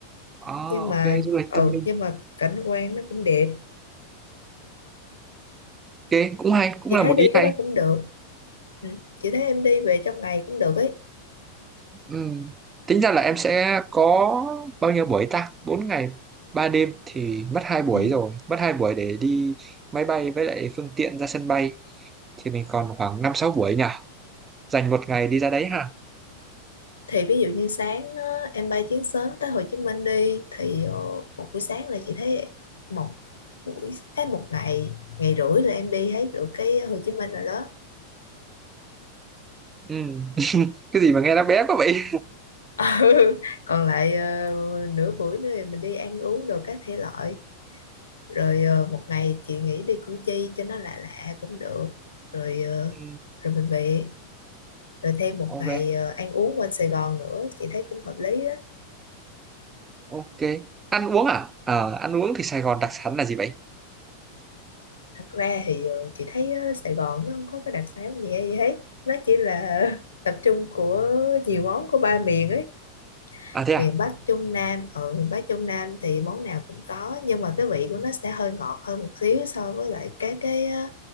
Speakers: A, on the right; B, on the left.
A: À,
B: nhưng mà
A: ok, du lịch
B: ừ
A: tâm linh.
B: nhưng mà cảnh quan nó cũng đẹp
A: Ok, cũng hay, cũng
B: chị
A: là
B: thấy
A: một
B: đi
A: ý hay.
B: cái đó cũng được ừ, chị thấy em đi về trong ngày cũng được ấy
A: Ừ. Tính ra là em sẽ có bao nhiêu buổi ta? 4 ngày, 3 đêm thì mất 2 buổi
B: ừ.
A: rồi. Mất 2 buổi để đi máy bay với lại phương tiện ra sân bay. Thì mình còn khoảng năm sáu buổi nhỉ? Dành một ngày đi ra đấy ha.
B: thì ví dụ như sáng á, em bay chuyến sớm tới Hồ Chí Minh đi thì ờ, một buổi sáng là chị thấy một buổi cái một ngày ngày rưỡi là em đi thấy được cái Hồ Chí Minh rồi đó
A: Ừ. <laughs> Cái gì mà nghe nó bé quá vậy?
B: <laughs> ừ. còn lại ờ, nửa buổi nữa thì mình đi ăn uống đồ các thể loại rồi ờ, một ngày chị nghĩ đi Củ Chi cho nó lạ lạ cũng được rồi ờ,
A: Ừ.
B: rồi mình về rồi thêm một
A: Ok,
B: ngày ờ, ăn uống quanh Sài Gòn nữa chị thấy cũng hợp lý đó
A: ok. Ăn uống à? Ờ, ăn uống thì Sài Gòn đặc sản là gì vậy?
B: thật ra thì ờ, chị thấy ờ, Sài Gòn nó không có cái đặc sản gì hay gì hết nó chỉ là <laughs> tập trung của nhiều món của ba miền ấy
A: À thế à?
B: miền Bắc Trung Nam ở miền Bắc Trung Nam thì món nào cũng có nhưng mà cái vị của nó sẽ hơi ngọt hơn một xíu so với lại các cái ờ,